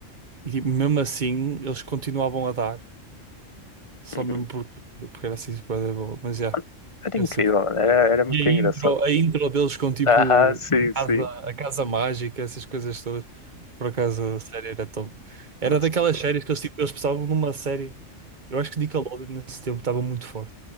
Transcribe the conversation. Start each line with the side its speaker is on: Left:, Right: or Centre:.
Right: E tipo, mesmo assim eles continuavam a dar, só
Left: uhum.
Right: mesmo porque, porque era assim, super boa. Mas já,
Left: Mano, Era incrível,
Right: yeah,
Left: mano. Era, era muito
Right: E a
Left: engraçado.
Right: intro, a intro deles com tipo
Left: Aham, sim, sim.
Right: casa, a casa mágica, essas coisas todas. Por acaso a série era top. Era
Left: Mas-
Right: daquelas séries que eles, tipo, eles pensavam numa série. Eu acho que Nickelodeon nesse tempo estava muito forte.